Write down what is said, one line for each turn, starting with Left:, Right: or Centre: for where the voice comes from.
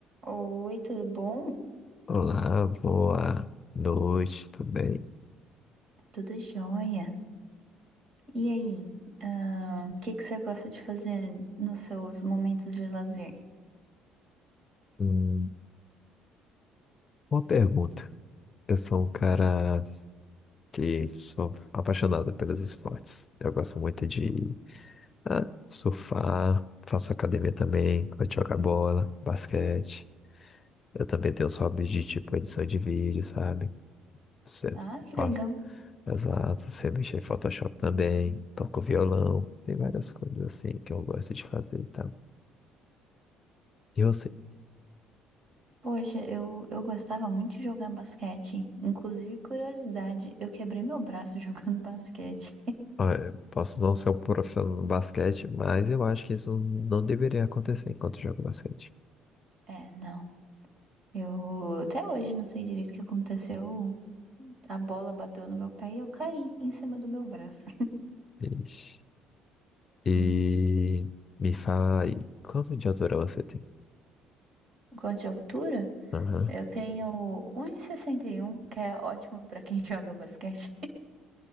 Right: Oi, tudo bom?
Left: Olá, boa noite, tudo bem?
Right: Tudo jóia. E aí, ah, o que que você gosta de fazer nos seus momentos de lazer?
Left: Hum, uma pergunta. Eu sou um cara que sou apaixonado pelos esportes. Eu gosto muito de ah, surfar, faço academia também, gosto de jogar bola, basquete. Eu também tenho os hobbies de tipo edição de vídeo, sabe? Você
Right: Ah, que
Left: faz,
Right: legal.
Left: exato, você mexe em Photoshop também, toco violão, tem várias coisas assim que eu gosto de fazer, tá? E você?
Right: Poxa, eu, eu gostava muito de jogar basquete. Inclusive, curiosidade, eu quebrei meu braço <laughs> jogando basquete.
Left: Olha, posso não ser um profissional no basquete, mas eu acho que isso não deveria acontecer enquanto eu jogo basquete.
Right: É, não. Eu até hoje não sei direito o que aconteceu. A bola bateu no meu pé e eu caí em cima do meu braço.
Left: Ixi. E
Right: Né?
Left: me fala aí, quanto de altura você tem?
Right: Quanto de altura?
Left: Aham.
Right: Eu tenho um e e sessenta e um, que é ótimo pra quem <laughs> joga basquete.